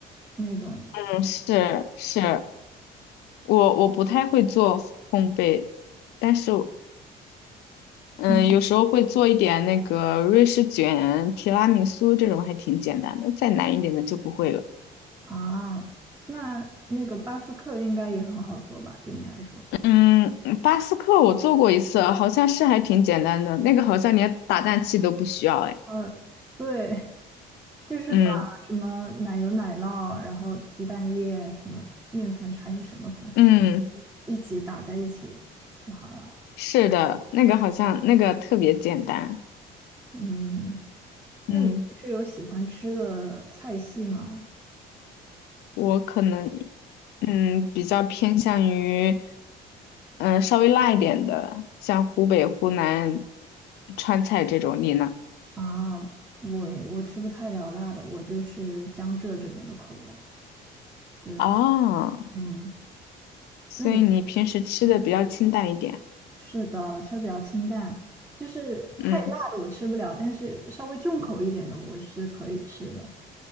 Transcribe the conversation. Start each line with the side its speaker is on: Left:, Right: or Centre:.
Right: 那种。
Left: 嗯，是是，我我不太会做烘焙，但是嗯，
Right: 嗯。
Left: 有时候会做一点那个瑞士卷、提拉米苏这种，还挺简单的。再难一点的就不会了。
Right: 啊，那那个巴斯克应该也很好做吧？对你来说，
Left: 嗯，巴斯克我做过一次，好像是还挺简单的。那个好像连打蛋器都不需要。哎，
Right: 呃，对，就是把什么奶油、
Left: 嗯
Right: 奶酪，然后鸡蛋液、什么面粉还是什么粉，
Left: 嗯，
Right: 一起打在一起就好了。
Left: 是的，那个好像那个特别简单。
Right: 嗯，那你平时有喜欢吃的菜系吗？
Left: 嗯，我可能嗯比较偏向于嗯稍微辣一点的，像湖北、湖南川菜这种。你呢？
Right: 啊，我也我吃不太了辣的，我就是江浙这边的口味。对，
Left: 哦。
Right: 嗯，
Left: 所以你平时吃的比较清淡一点。
Right: 那你，嗯是的，吃的比较清淡，就是太辣的我吃不了，
Left: 嗯
Right: 但是稍微重口一点的我是可以吃的。